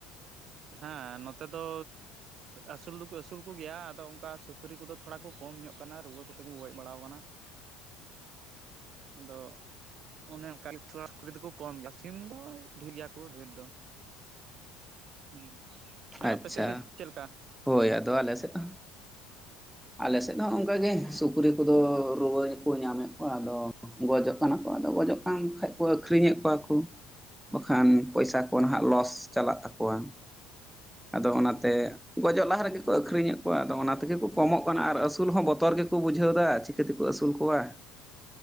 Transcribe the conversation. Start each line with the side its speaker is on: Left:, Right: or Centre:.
Right: ᱦᱮᱸ ᱱᱚᱛᱮ ᱫᱚ᱾ ᱟᱹᱥᱩᱞ ᱫᱩᱠᱩ ᱟᱹᱥᱩᱞ ᱠᱩ ᱜᱮᱭᱟ, ᱟᱫᱚ ᱚᱱᱠᱟ ᱥᱩᱠᱨᱤ ᱠᱚᱫᱚ ᱛᱷᱚᱲᱟ ᱠᱚ ᱠᱚᱢ ᱧᱚᱜ ᱠᱟᱱᱟ ᱨᱩᱣᱟᱹ ᱠᱚᱛᱮ ᱠᱚ ᱜᱚᱡ ᱵᱟᱲᱟᱣ ᱟᱠᱟᱱᱟ᱾ ᱟᱫᱚ᱾ ᱚᱱᱮ ᱚᱱᱠᱟ ᱛᱷᱚᱲᱟ ᱥᱩᱠᱨᱤ ᱫᱚᱠᱚ ᱠᱚᱢ ᱜᱮᱭᱟ, ᱥᱤᱢ ᱫᱚ ᱰᱷᱮᱨ ᱜᱮᱭᱟ ᱠᱩ ᱰᱷᱮᱨ ᱫᱚ᱾ ᱦᱩᱸ᱾ ᱟᱨ
Centre: ᱟᱪ-ᱪᱷᱟ
Right: ᱟᱯᱮ ᱥᱮᱫ ᱫᱚ ᱪᱮᱫ ᱞᱮᱠᱟ?
Centre: ᱦᱳᱭ ᱟᱫᱚ ᱟᱞᱮ ᱥᱮᱫ ᱦᱚᱸ᱾ ᱟᱞᱮ ᱥᱮᱫ ᱦᱚᱸ ᱚᱱᱠᱟ ᱜᱮ ᱥᱩᱠᱨᱤ ᱠᱚᱫᱚ ᱨᱩᱣᱟᱹ ᱠᱚ ᱧᱟᱢᱮᱫ ᱠᱚᱣᱟ, ᱟᱫᱚ ᱜᱚᱡᱚᱜ ᱠᱟᱱᱟ ᱠᱚ, ᱟᱫᱚ ᱜᱚᱡᱚᱜ ᱠᱟᱱ ᱠᱷᱟᱡ ᱠᱚ ᱟᱹᱠᱷᱨᱤᱧ ᱮᱫ ᱠᱚᱣᱟ ᱠᱚ ᱵᱟᱠᱷᱟᱱ ᱯᱚᱭᱥᱟᱹ ᱠᱚ ᱱᱟᱦᱟᱜ ᱞᱚᱥ ᱪᱟᱞᱟᱜ ᱛᱟᱠᱚᱣᱟ ᱾ ᱟᱫᱚ ᱚᱱᱟ ᱛᱮᱼᱼ
Right: ᱦᱳᱭ
Centre: ᱜᱚᱡᱚᱜ ᱞᱟᱦᱟ ᱨᱮ ᱜᱮ ᱠᱚ ᱟᱹᱠᱷᱨᱤᱧ ᱮᱫ ᱠᱚᱣᱟ ᱾ ᱟᱫᱚ ᱚᱱᱟ ᱛᱮᱜᱮ ᱠᱚ ᱠᱚᱢᱚᱜ ᱠᱟᱱᱟ ᱟᱨ ᱟᱹᱥᱩᱞ ᱦᱚᱸ ᱵᱚᱛᱚᱨ ᱜᱮᱠᱚ ᱵᱩᱡᱷᱟᱹᱣ ᱮᱫᱟ ᱪᱤᱠᱟᱹ ᱛᱮᱠᱚ ᱟᱹᱥᱩᱞ ᱠᱚᱣᱟ?